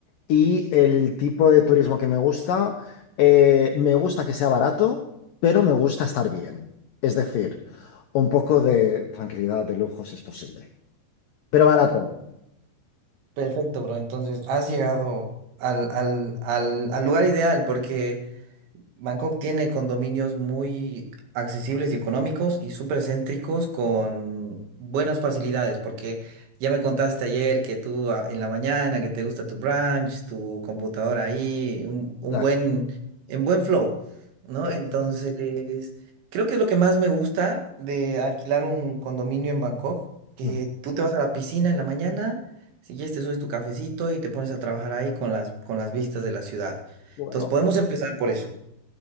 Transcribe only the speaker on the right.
Perfecto, bro. Entonces, has llegado al, al, al, al lugar ideal porque... Bangkok tiene condominios muy accesibles y económicos y súper céntricos con buenas facilidades, porque ya me contaste ayer que tú ah, en la mañana, que te gusta tu brunch, tu computadora ahí, un, un
buen, en buen flow, ¿no?
Entonces, creo que es lo que más me gusta de alquilar un condominio en Bangkok, que
tú te vas a la piscina en la mañana, si quieres te subes tu cafecito y te pones a trabajar ahí con las, con las vistas de la ciudad.
Entonces, podemos empezar por eso.